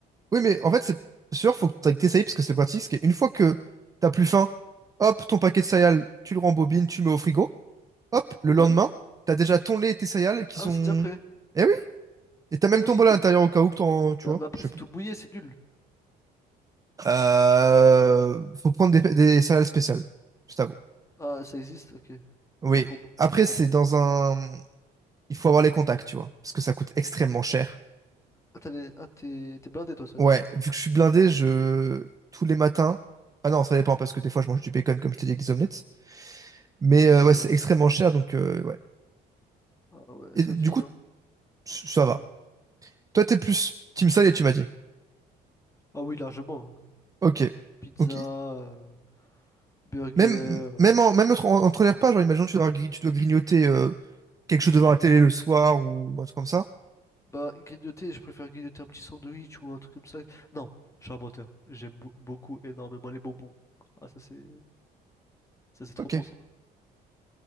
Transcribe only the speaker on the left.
Ouais.
Ah
ouais, c'est déjà prêt.
Eh
oui,
mais,
bah-
bah après
c'est
tout mouillé, c'est nul.
Ah, ça existe, ok.
Autant pour moi.
je pas
ça
Ah, t'as les- ah, t'es t'es blindé toi, ça
veut dire.
Ah
Ouais.
Ah ouais,
ça
vit,
hein.
Ouais, du
moins.
Ah oui, largement. hein.
Pizza,
euh, burger.
euh.
Bah, grignoter, je préfère grignoter un petit sandwich ou un truc comme ça. Non, je suis un menteur. J'aime bou- beaucoup, énormément les bonbons. Ah, ça c'est ça c'est trop
bon ça.